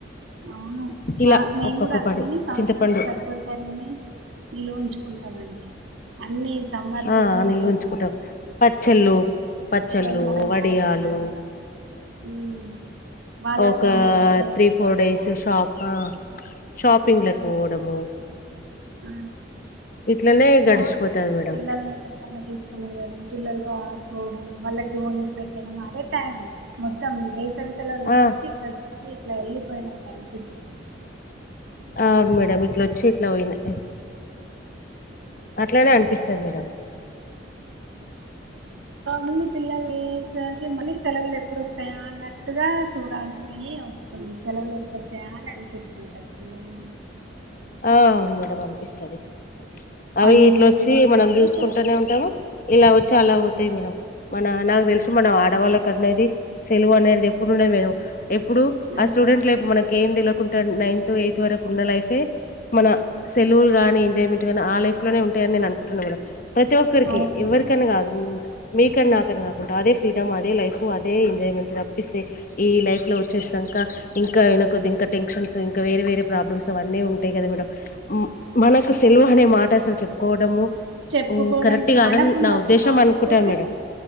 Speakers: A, on the right; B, on the left.
A: అవును మా
B: ఇలా
A: మేము
B: ఒక్కొక్క
A: కూడా అన్నీ
B: పని
A: సంవసరానికి
B: చింతపండు
A: సరిపోయేటన్ని నిలువ ఉంచు కుంటామండి అన్ని సమ్మర్ సీజన్
B: ఆ
A: లో
B: నిల్వ
A: చేసుకుంటాము
B: ఉంచుకుంటాం పచ్చళ్ళు పచ్చళ్ళు
A: పిల్లలు
B: వడియాలు
A: రావడం ఉమ్ వాళ్ళకు
B: ఒక
A: వండి పెట్టడం
B: త్రీ ఫోర్ డేస్ షాప్ ఆ షాపింగ్
A: ఆ
B: లకు పోవడము
A: ఆ
B: ఇట్లనే గడిచిపోతది
A: మంచి
B: మేడం
A: పిల్లల్ని ఎక్కడికన్నా తీసుకొని వెళ్ళడం పిల్లలతో ఆడుకో వాళ్ళకి వండి పెట్టడం అదే టైం మొత్తం సెలవులు ఇట్లా
B: ఆ
A: వచ్చి ఇట్లా ఇట్లా వెళ్ళిపోయినాక అనిపిస్తది
B: అవును మేడం ఇట్లొచ్చి ఇట్లా పోయినాయి అట్లనే అన్ ఇస్తర్ మేడం
A: మళ్ళీ పిల్లలు లేసరికి మళ్ళీ సెలవులు ఎప్పుడు వస్తాయా అన్నట్టుగా చూడాల్సి వస్తుంది సెలవులు ఎప్పుడొస్తయా అని అనిపిస్తుంటది పిల్లల్
B: ఆ అవును మేడమ్ అనిపిస్తది అవి
A: పనులు
B: ఇట్లా వచ్చి
A: దాంట్లోనే
B: మనం చూసుకుంటనే
A: సరిపోతది
B: ఉంటము ఇలా వచ్చి అలా పోతయి మేడం మన నాకు తెలిసి మన ఆడవాళ్ళకి అనేది సెలవు అనేటిది ఎప్పుడుండేది మేడం ఎప్పుడు
A: అంతే
B: ఆ స్టూడెంట్
A: అంతే
B: లైపు మనకి ఏం దెలక్ కుంటాను నైన్త్ ఎయిత్ వరకు ఉన్న లైఫే మన సెలవు గాని ఎంజాయ్మెంట్ గానీ ఆ లైఫ్ లోనే ఉంటాయని నేను అనుకుంటున్న మేడం ప్రతి ఒక్కరికి
A: అవును
B: ఎవరికని కాదు మీకని
A: అవును
B: నాకని కాకుండా అదే ఫ్రీడమ్ అదే లైఫ్ అదే ఎంజాయ్మెంట్ తప్పిస్తే ఈ లైఫ్లో వచ్చేసినంక ఇంకానకుద్ ఇంకా టెన్షన్స్ ఇంకా వేరే వేరే ప్రాబ్లమ్స్ అవన్నీ ఉ ట్టే కద గుడు ఉ మనకు సెల్వ అనేే మా టసలు చెప్పుకోవడము
A: చెప్పుకోవడానికి
B: కరెక్ట్ కాదని
A: మనకుండదు
B: నా ఉద్దేశం
A: కాకపోతే
B: అనుకుంటాను మేడం